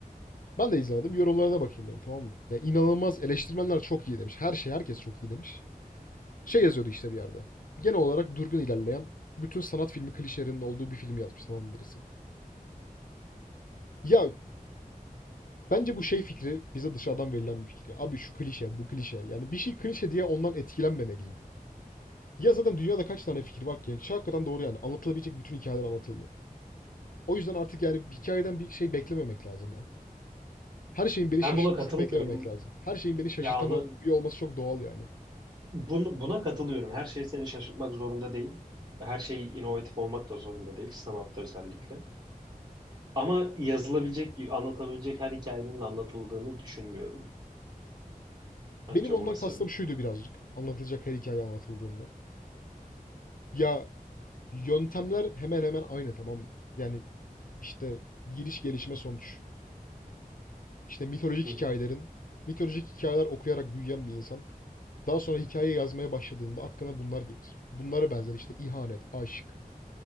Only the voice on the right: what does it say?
Ben
buna katılmıyorum.
Ya anla,
bunu, buna katılıyorum. Her şey seni şaşırtmak zorunda değil. Her şey inovatif olmak da zorunda değil. Sanatta özellikle. Ama yazılabilecek, anlatabilecek her hikayenin anlatıldığını düşünmüyorum. Bence
orası
Hı
hı.